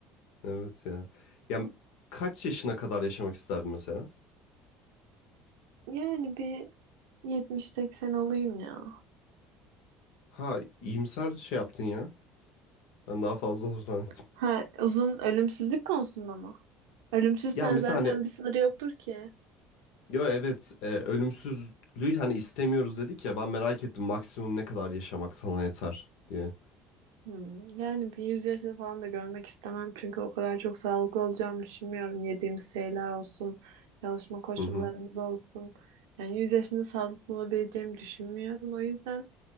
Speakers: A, on the left; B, on the right.
A: Evet ya. Ya kaç yaşına kadar yaşamak isterdin mesela?
B: Yani bir 70-80 olayım ya.
A: Ha iyimser şey yaptın ya. Ben daha fazla olur zannettim.
B: Ha uzun ölümsüzlük konusunda mı? Ölümsüzsen
A: Ya mesela
B: zaten
A: hani
B: bir sınırı yoktur ki.
A: yo evet e, ölümsüzlüğü hani istemiyoruz dedik ya ben merak ettim maksimum ne kadar yaşamak sana yeter diye.
B: Hmm, Yani bir yüz yaşını falan da görmek istemem çünkü o kadar çok sağlıklı olacağımı düşünmüyorum. Yediğimiz şeyler olsun, çalışma koşullarımız
A: Hı hı.
B: olsun. Yani yüz yaşında sağlıklı olabileceğimi düşünmüyorum. O yüzden